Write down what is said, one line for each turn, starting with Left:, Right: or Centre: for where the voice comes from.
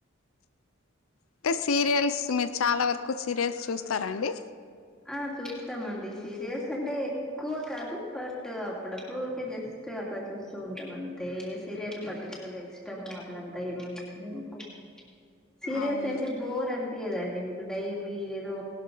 Left: అంటే సీరియల్స్ మీర్ చాలా వరకు సీరియల్స్ చూస్తార అండి.
Centre: ఆ చూస్తామండి సీరియల్స్ అంటే ఎక్కువ కాదు. బట్ అప్పుడప్పుడు ఊరికే జస్ట్ టు అట్లా చూస్తూ ఉంటాం అంతే సీరియల్ పర్టికులర్ గా ఇష్టము అట్లంతా ఏం ఉండదండి మకు సీరియల్స్
Left: అవును
Centre: అంటే బోర్ అన్పియదా అండి మీకు డైలీ ఏదో